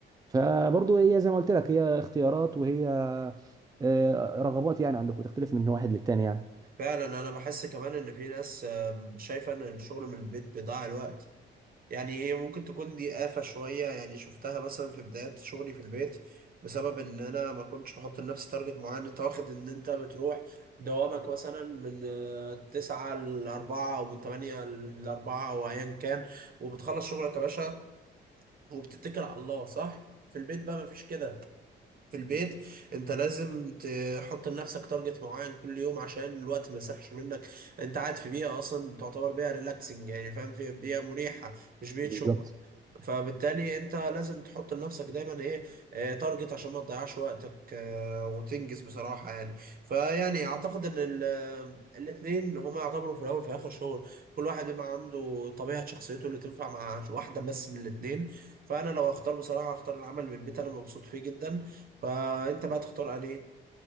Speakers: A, on the right (about 20°); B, on the right (about 45°).
A: فبرضه هي زي ما قلت لك هي اختيارات وهي آه، رغبات يعني عندك وتختلف من واحد للتاني يعني
B: فعلا انا بحس كمان ان في ناس آه، شايفه ان الشغل من البيت بيضيع الوقت يعني هي ممكن تكون دي آفة شوية يعني شفتها مثلا في بداية شغلي في البيت بسبب إن أنا ما كنتش بحط لنفسي تارجت معين أنت واخد إن أنت بتروح دوامك مثلا من آه، تسعة لأربعة أو من تمانية لأربعة أو أيا كان وبتخلص شغلك يا باشا وبتتكل على الله صح؟ في البيت بقى مفيش كده في البيت انت لازم تحط لنفسك تارجت معين كل يوم عشان الوقت ما يسرحش منك انت قاعد في بيئه اصلا تعتبر بيئه ريلاكسنج يعني فاهم في بيئه مريحه مش بيئه
A: بالظبط
B: شغل فبالتالي انت لازم تحط لنفسك دايما ايه آه، تارجت عشان ما تضيعش وقتك آه، وتنجز بصراحة يعني فيعني اعتقد ان ال- آه، الاتنين هما يعتبروا في الاول وفي الاخر شغل كل واحد بيبقى عنده طبيعة شخصيته اللي تنفع مع واحدة بس من الاتنين فانا لو هختار بصراحة هختار العمل من البيت انا مبسوط فيه جدا فانت بقى تختار انهي